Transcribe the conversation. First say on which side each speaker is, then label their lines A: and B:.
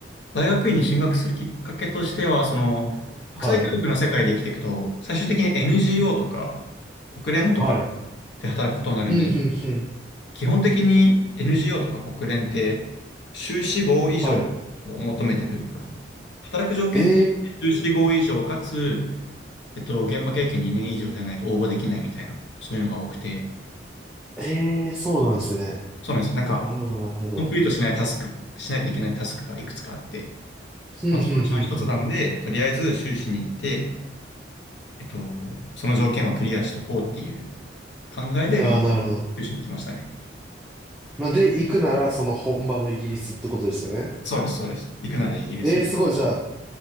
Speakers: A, on the left (about 75°); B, in the centre.
A: 大学院に進学するきっかけとしては、その、国際教育の世界で生きていくと、
B: はい。
A: 最終的に NGO とか、国連とか
B: はい。
A: で働くことになるんです。
B: うん、うん、うん。
A: 基本的に NGO とか国連って、修士号以上を求めてる。
B: はい。
A: 働く条件、
B: え
A: 修士号以上かつ、えっと、現場経験2年以上じゃないと応募できないみたいな、そういうのが多くて、
B: ー、えー、そうなんですね。
A: そうなんですよ。なんか、
B: なるほど、なるほど。
A: コンプリートしないタスク、しないといけないタスクがいくつかあって、
B: うん、
A: まあ、
B: うん、
A: そのうちの一つなんで、
B: うん、
A: とりあえず修士に行って、えっと、その条件はクリアしとこうっていう考えで、
B: うん。
A: まあ、
B: ああ、なるほど。
A: 修士に来ましたね。
B: まあ、で、行くなら、その本場のイギリスってことですよね。
A: そうです、そうです。行くならイギリス。
B: えー、すごい。じゃあ、